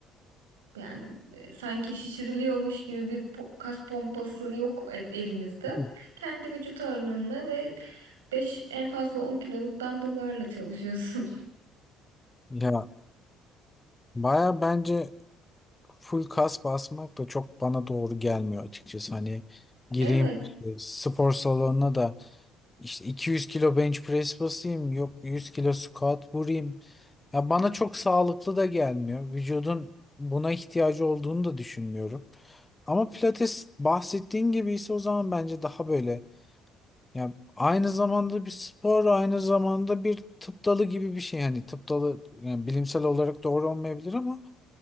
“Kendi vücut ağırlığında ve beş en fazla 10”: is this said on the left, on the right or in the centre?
Right